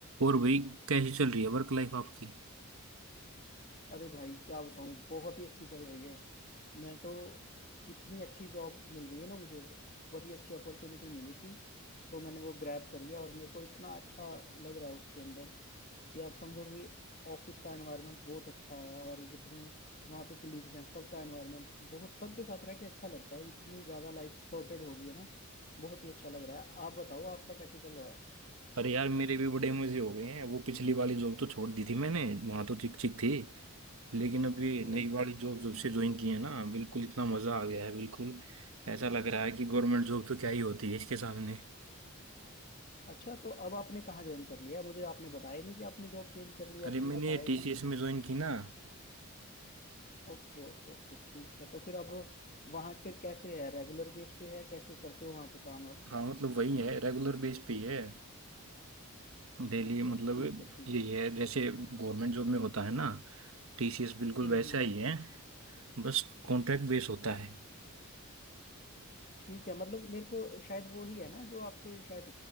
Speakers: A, on the right; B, on the left.
A: और भाई कैसी चल रही है वर्क लाइफ आपकी
B: अरे भाई क्या बताऊँ बहुत ही अच्छी चल रही है मैं तो इतनी अच्छी जॉब मिल गई है ना मुझे बहुत ही अच्छी अपॉर्चुनिटी मिली थी तो मैंने वो ग्रैब करी है और मेरे को इतना अच्छा लग रहा है उसके अंदर कि आप समझो कि ऑफिस का एनवायरनमेंट बहुत अच्छा है और जितने वहाँ पे कलीग्स हैं सबका एनवायरनमेंट बहुत सबके साथ रह के अच्छा लगता है इतनी ज़्यादा लाइफ सॉर्टेड हो गई है ना बहुत ही अच्छा लग रहा है आप बताओ आपका कैसे चल रहा है
A: अरे यार मेरे भी बड़े मजे हो गए हैं वो पिछली वाली जॉब तो छोड़ दी थी मैंने वहां तो चिक चिक थी लेकिन अब ये
B: हम्म
A: नई वाली जॉब जब से ज्वाइन की है ना बिल्कुल इतना मजा आ गया है बिल्कुल ऐसा लग रहा है कि गवर्नमेंट जॉब तो क्या ही होती है इसके सामने
B: अच्छा तो अब आपने कहाँ ज्वाइन कर लिया है मुझे आपने बताया नहीं कि आपने जॉब चेंज कर ली है,
A: अरे
B: आपने
A: मैंने
B: बताया
A: टीसीएस
B: नहीं
A: में ज्वाइन की ना
B: ओके ओके ओके ठीक है तो फिर अब वहाँ के कैसे है रेगुलर बेस पे है कैसे करते हो वहाँ पे काम अब
A: हाँ मतलब वही है रेगुलर बेस पे ही है डेली
B: अच्छा
A: मतलब
B: ठीक है ठीक
A: यही
B: है
A: है जैसे गवर्नमेंट जॉब में होता है ना टीसीएस बिल्कुल
B: हम्म
A: वैसा
B: हम्म हम्म
A: ही है बस कॉन्ट्रैक्ट बेस होता है
B: ठीक है मतलब मेरे को शायद वो ही है ना जो आपके शायद